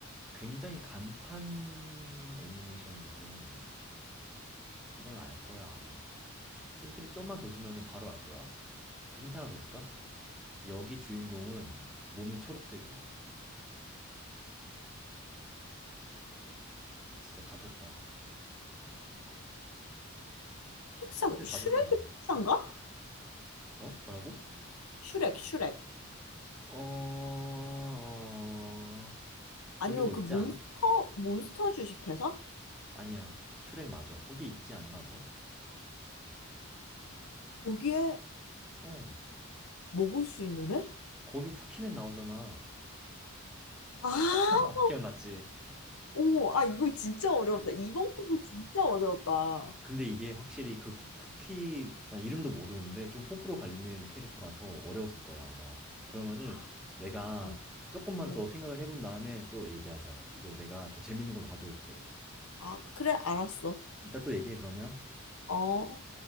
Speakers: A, in the centre; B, on the left (about 85°).
A: 굉장히 간판 애니메이션인데 이건 알 거야 아마 힌트를 좀만 더 주면은 바로 알 거야 그 힌트 하나 더 줄까? 여기 주인공은 몸이 초록색이야 진짜 다 줬다
B: 픽사
A: 힌트 다
B: 슈렉이
A: 줬다 난
B: 픽사인가?
A: 어? 뭐라고?
B: 슈렉 슈렉
A: 어... 어,
B: 아니면
A: 거기 뭐
B: 그
A: 있지
B: 몬스터
A: 않아?
B: 몬스터 주식회사?
A: 아니야 슈렉 맞아 거기 있지 않나 뭐?
B: 거기에
A: 어
B: 먹을 수 있는 애?
A: 거기 후키맨 나오잖아
B: 아,
A: <laughs> 기억났지?
B: 어머, 아 이거 진짜 어려웠다. 이번 거 진짜 어려웠다. 어,
A: 근데 이게 확실히 그 쿠- 쿠키 나 이름도 모르는데 좀 호불호 갈리는 캐릭터라서 어려웠을 거야 아마 그러면은
B: 아,
A: 내가
B: 어,
A: 조금만
B: 어.
A: 더 생각을 해본 다음에 또 얘기하자 이거 내가 더 재밌는 걸로 가져올게
B: 아 그래 알았어.
A: 이따 또 얘기해 그러면
B: 어.